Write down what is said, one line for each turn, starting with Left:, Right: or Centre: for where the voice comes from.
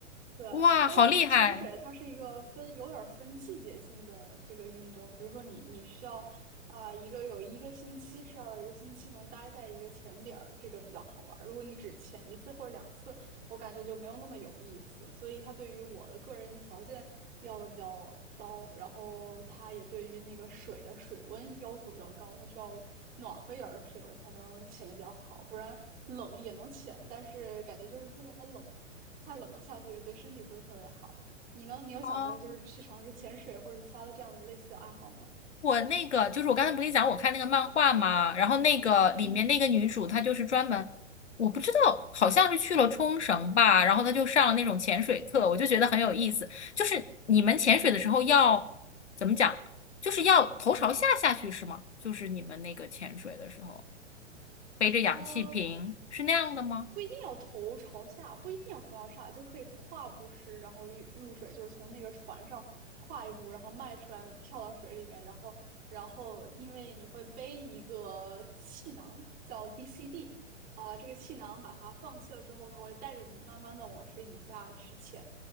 Right: 对。
Left: 哇，
Right: 但是潜水它是一个分有点儿分季节性的这个运动，
Left: 好厉害！
Right: 比如说你你需要啊、一个有一个星期，至少有一个星期能待在一个潜点儿，这个比较好玩儿。如果你只潜一次或者两次，我感觉就没有那么有意思，所以他对于我的个人条件要的比较高，然后他也对于那个水的水温要求比较高，它需要暖和一点儿的水温才能潜的比较好，不然冷也能潜，但是感觉就是特别冷，太冷了下去对身体不是特别好。你呢？你有想过就是去尝试潜水或者其他的这样类似的爱好吗？
Left: 哦我那个就是我刚才不跟你讲，我看那个漫画嘛，然后那个里面那个女主她就是专门，
Right: 嗯，
Left: 我不知道好像是去了冲绳吧，然后她就上了那种潜水课，我就觉得很有意思。就是你们潜水的时候要怎么讲，就是要头朝下下去是吗？就是你们那个潜水的时候背着氧气瓶是那样的吗？
Right: 啊。不一定要头朝下，不一定要头朝上，就可以跨步式，然后一入水，就是从那个船上跨一步，然后迈出来，跳到水里面，然后，然后因为你会背一个气囊，叫 b c d 呃，这个气囊把它放气了之后，它会带着你慢慢的往水底下去潜，